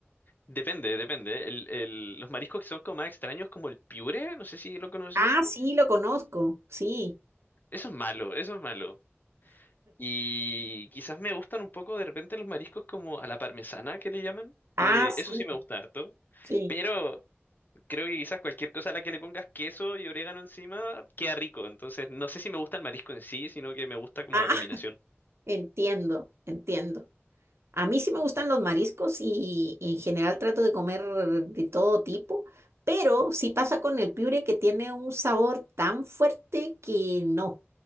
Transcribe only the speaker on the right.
Ah, sí, lo conozco, sí.
Ah,
sí,
sí.
Ah,
<laughs>
entiendo, entiendo. A mí sí me gustan los mariscos y, y en general trato de comer de todo tipo, pero sí pasa con el piure que tiene un sabor tan fuerte que no,